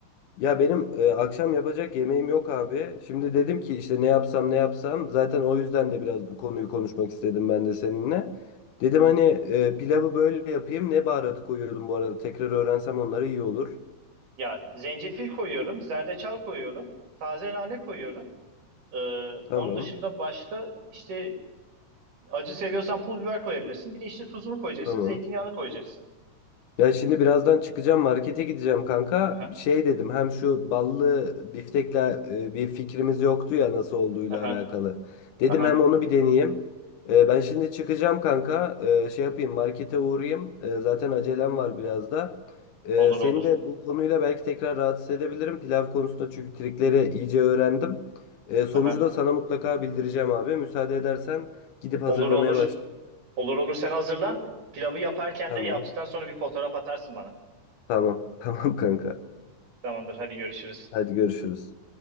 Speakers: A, on the left; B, on the right.
A: Ya benim e, akşam yapacak yemeğim yok abi. Şimdi dedim ki işte ne yapsam ne yapsam. Zaten o yüzden de biraz bu konuyu konuşmak istedim ben de seninle. Dedim hani e, pilavı böyle yapayım. Ne baharat koyuyordum bu arada? Tekrar öğrensem onları iyi olur.
B: Ya zencefil koyuyorum, zerdeçal koyuyorum, taze nane koyuyorum. Ee, onun
A: Tamam.
B: dışında başka işte acı seviyorsan pul biber koyabilirsin. Bir de işte tuzunu koyacaksın,
A: Tamam.
B: zeytinyağını koyacaksın.
A: Ya şimdi birazdan çıkacağım markete gideceğim kanka.
B: Aha,
A: Şey dedim hem şu ballı biftekle e, bir fikrimiz yoktu ya nasıl olduğuyla
B: aha,
A: alakalı. Dedim
B: aha.
A: hem onu bir deneyeyim. E, ben şimdi çıkacağım kanka. E, şey yapayım markete uğrayayım. E, zaten acelem var biraz da. E,
B: Olur
A: seni
B: olur.
A: de bu konuyla belki tekrar rahatsız edebilirim. Pilav konusunda çünkü trikleri iyice öğrendim. E, sonucu
B: Aha.
A: da sana mutlaka bildireceğim abi. Müsaade edersen gidip hazırlamaya
B: Olur olur.
A: başlayayım.
B: Olur olur sen hazırlan. Pilavı yaparken
A: Tamam.
B: de yaptıktan sonra bir fotoğraf atarsın bana.
A: Tamam. <laughs> Tamam kanka.
B: Tamamdır hadi görüşürüz.
A: Hadi görüşürüz.